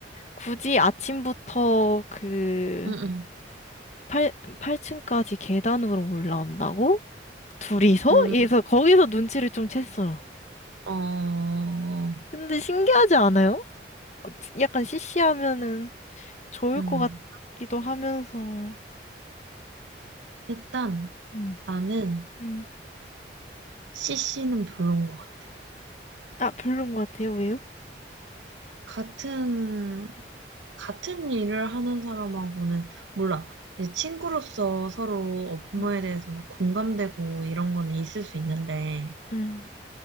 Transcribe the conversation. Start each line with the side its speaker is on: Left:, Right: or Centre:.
Left: 굳이 아침부터 그
Right: 응,
Left: 8, 8층까지 계단으로 올라온다고? 둘이서?
Right: 응,
Left: 그래서 거기서 눈치를 좀 챘어요.
Right: 응. 어.
Left: 근데 신기하지 않아요? 약간 시시하면은 좋을
Right: 응.
Left: 것 같기도 하면서,
Right: 일단,
Left: 음,
Right: 나는
Left: 음.
Right: CC는 별론 것 같아.
Left: 아, 별론 것 같아요. 왜요?
Right: 같은, 같은 일을 하는 사람하고는, 몰라. 이제 친구로서 서로 업무에
Left: 음.
Right: 대해서 막 공감되고 이런 거는 있을 수 있는데,
Left: 음.